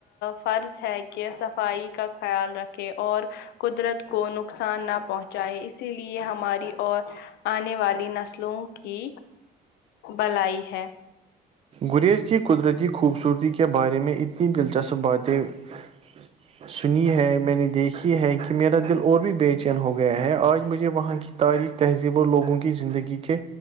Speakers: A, on the left; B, on the right.
A: فرض ہے کہ صفائی کا خیال رکھ اور قدرت کو نقصان نہ پہنچائے اسی لیے ہماری اور آنے والی نسلوں کی بلائی ہے
B: گریز کی قدرتی خوبصورتی کے بارے میں اتنی دلچسپ باتیں <inaudible> ج سنی ہے میں نے دیکھی ہے کہ میرا دل اور بھی بے چین ہو گیا ہے آج مجھے وہاں کی تاریخ تہذیب اور لوگوں کی زندگی کے